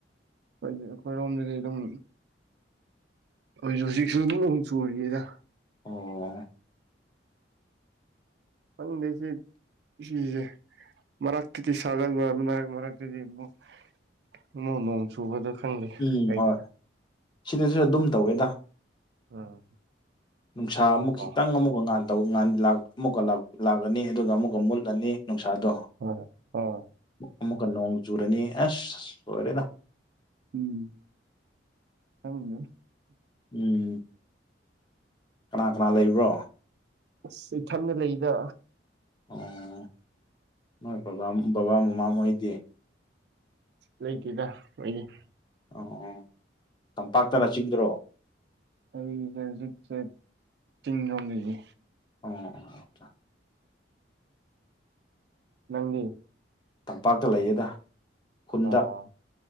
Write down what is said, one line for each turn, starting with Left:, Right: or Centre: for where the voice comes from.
Right: ꯑꯩꯈꯣꯏꯔꯣꯝꯗꯗꯤ ꯑꯗꯨꯝ ꯍꯧꯁꯨ ꯍꯧꯖꯤꯛꯁꯨ ꯑꯗꯨꯝ ꯑꯃꯨꯛ ꯆꯨꯔꯤꯌꯦꯗ
Left: ꯑꯣ
Right: ꯈꯪꯗꯦꯁꯤ ꯁꯤꯁꯦ ꯃꯔꯛꯇꯗꯤ ꯁꯥꯒꯔ ꯃꯔꯛꯊꫪꯇꯗꯤ ꯁꯨꯕꯗ ꯈꯪꯗꯦ
Left: ꯎꯝ
Right: ꯀꯩ
Left: ꯍꯣꯏ ꯁꯤꯗꯁꯨ ꯑꯗꯨꯝ ꯇꯧꯋꯦꯗ
Right: ꯑꯥ
Left: ꯅꯨꯡꯁꯥ ꯑꯃꯨꯛ
Right: ꯑꯣ
Left: ꯈꯤꯇꯪ ꯑꯃꯨꯛꯀꯉꯥꯟ ꯑꯃꯨꯛꯀ ꯂꯥꯛꯑꯅꯤ ꯑꯗꯨꯒ ꯑꯃꯨꯛꯀ ꯃꯨꯠꯂꯅꯤ ꯅꯨꯡꯁꯥꯗꯣ
Right: ꯍ ꯑꯣ
Left: ꯑꯃꯨꯛꯀ ꯅꯣꯡ ꯆꯨꯨꯔꯅꯤ ꯑꯦꯁ ꯂꯣꯏꯔꯦꯗ
Right: ꯎꯝ ꯈꯪꯗꯦ
Left: ꯎꯝ ꯀꯅꯥ ꯀꯅꯥ ꯂꯩꯕ꯭ꯔꯣ
Right: ꯑꯁ ꯏꯊꯟꯇ ꯂꯩꯗ
Left: ꯑꯣ ꯅꯣꯏꯕꯥ ꯕꯕꯥ ꯃꯃꯥ ꯃꯣꯏꯗꯤ
Right: ꯂꯩꯇꯦꯗ ꯃꯣꯏꯗꯤ
Left: ꯑꯣ ꯑꯣ ꯇꯝꯄꯥꯛꯇꫪꯣ ꯆꯤꯡꯗ꯭ꯔꯣ
Right: ꯑꯩꯁꯦ ꯍꯧꯖꯤꯛꯁꯦ ꯆꯤꯡ ꯂꯣꯝ ꯂꯩꯌꯦ
Left: ꯑꯣ ꯆꯥ
Right: ꯅꯪꯗꯤ
Left: ꯇꯝꯄꯥꯛꯇ ꯂꯩꯌꯦꯗ ꯈꯨꯟꯗ
Right: ꯑꯣ